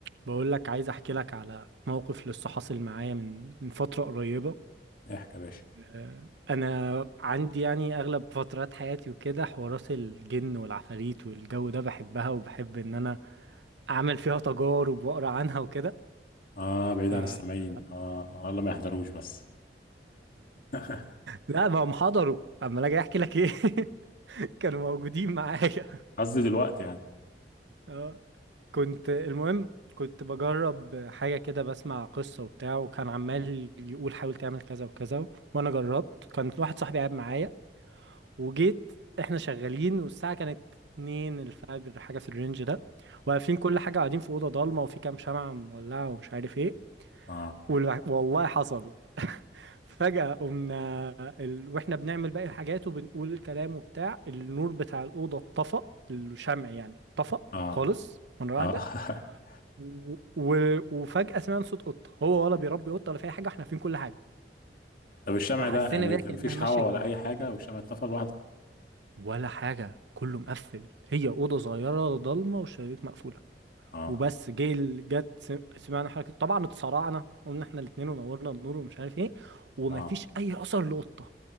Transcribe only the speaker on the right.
بقول لك عايز احكي لك على موقف لسه حاصل معايا من من فترة قريبة
آه، انا عندي يعني اغلب فترات حياتي وكده حوارات الجن والعفاريت والجو ده بحبها وبحب ان انا اعمل فيها تجارب واقرا عنها وكده
ف...
<laughs>
لا بقى محضروا اما اجي احكي لك ايه <laughs> كانوا موجودين معايا
اه كنت المهم كنت بجرب حاجة كده بسمع قصة وبتاع وكان عمال يقول حاول تعمل كذا وكذا وأنا جربت كان واحد صاحبي قاعد معايا وجيت إحنا شغالين والساعة كانت اتنين الفجر حاجة في الرينج ده واقفين كل حاجة قاعدين في أوضة ضلمة وفي كام شمعة مولعة ومش عارف إيه
والع- والله حصل <laughs> فجأة قمنا ال... واحنا بنعمل باقي الحاجات وبنقول الكلام وبتاع النور بتاع الأوضة اتطفى الشمع يعني اتطفى
خالص مرة واحدة
و... و- وفجأة سمعنا صوت قطة هو ولا بيربي قطة ولا في أي حاجة احنا فين كل حاجة
وحسينا
بيها
كأنها ماشية
جنبنا
ولا حاجة كله مقفل هي أوضة صغيرة ضلمة والشبابيك مقفولة
وبس جه ال- جت سم- سمعنا حركة طبعا اتسرعنا قلنا احنا الاتنين ونورنا النور ومش عارف ايه ومفيش
أي أثر لقطة